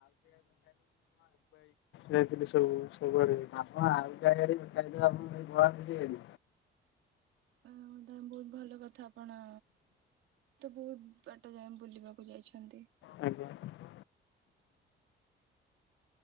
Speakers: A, on the left; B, on the right.
A: ଯାଇଥିଲି ସବୁ। ସବୁଆଡ଼େ ଯାଇଥିଲି।
B: <unintelligible> ବହୁତ ଭଲ କଥା ଆପଣ ତ ବହୁତ ବାଟ ଯାଏ ବୁଲିବାକୁ ଯାଇଛନ୍ତି।
A: ଆଜ୍ଞା।